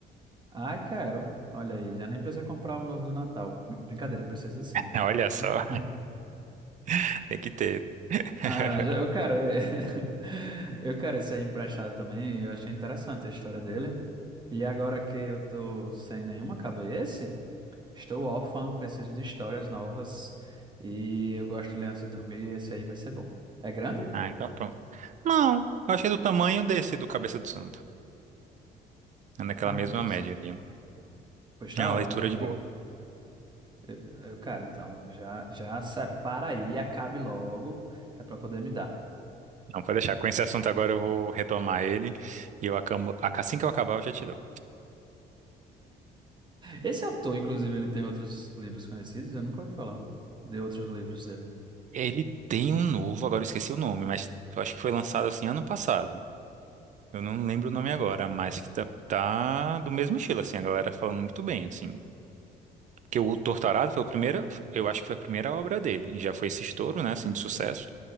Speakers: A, on the right; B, on the right.
A: Ai, quero. Olha aí, já nem precisa comprar o novo do Natal. Brincadeira, precisa sim.
B: <laughs> Olha
A: <laughs>
B: só, <laughs> tem que ter. <laughs>
A: Ah, mas eu quero. <laughs> Eu quero esse aí emprestado também. Eu achei interessante a história dele. E agora que eu tô sem nenhuma cabeça, estou órfã, preciso de histórias novas. E eu gosto de ler antes de dormir. Esse aí vai ser bom. É grande?
B: Ah, então pronto. Não, eu achei do tamanho desse do Cabeça do Santo. É naquela
A: Ah,
B: mesma
A: pois,
B: média ali.
A: pois tá
B: É uma
A: ótimo.
B: leitura
A: Eu
B: de
A: vi
B: boa.
A: Eu, eu, cara, então, já, já separa aí, e acabe logo, que é pra poder me dar.
B: Não, pode deixar. Com esse assunto agora eu vou retomar ele e eu acabo, assim que eu acabar eu já te dou.
A: Esse autor, inclusive, ele tem outros livros conhecidos, eu nunca ouvi falar de outros livros dele.
B: Ele tem um novo, agora eu esqueci o nome, mas eu acho que foi lançado assim ano passado. Eu não lembro o nome agora, mas que tá, tá do mesmo estilo, assim, a galera falando muito bem, assim. Porque o Torturado foi o primeiro, eu acho que foi a primeira obra dele. e Já foi esse estouro, né, assim, de sucesso.